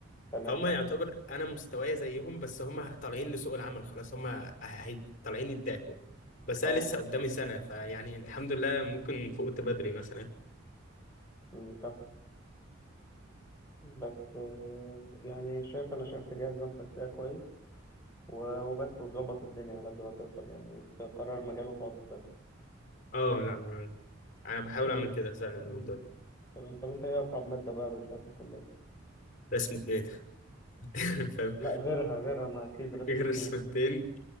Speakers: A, on the left; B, on the left.
A: تمام
B: فهم يعتبر انا مستواي زيهم بس هم طالعين لسوق العمل خلاص هم ه- هي- طالعين يدعكوا بس
A: اه
B: انا لسه قدامي سنه فيعني الحمد لله ممكن فقت بدري مثلا
A: مم، فاهم بس آه، يعني شايف انا شايف تجهز نفسك فيها كويس و- وبس وتظبط الدنيا على قد ما تقدر يعني وتقرر مجال وتقعد تذاكر
B: اه لا ما- انا بحاول
A: طب
B: اعمل كده فعلا من
A: مم.
B: دول
A: تمام. طب انت ايه اصعب ماده بقى قابلتها في الكليه
B: رسمة اتنين <laughs> فاهم
A: لا غيرها غيرها ما اكيد رسم
B: رسمتين
A: اتنين